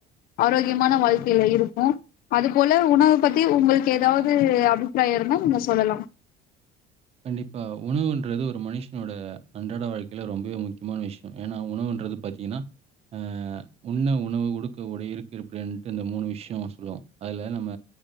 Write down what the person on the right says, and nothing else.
கண்டிப்பா உணவுன்றது ஒரு மனுஷனோட அன்றாட வாழ்க்கையல ரொம்பவே முக்கியமான விஷய ஏனா உணவுன்றது பாத்தீங்கன்னா ஆ உண்ண உணவு உடுக்க உடை இருக்க இருப்பிட இந்த மூணு விஷய சொல்லுவோ அதுல நம்ம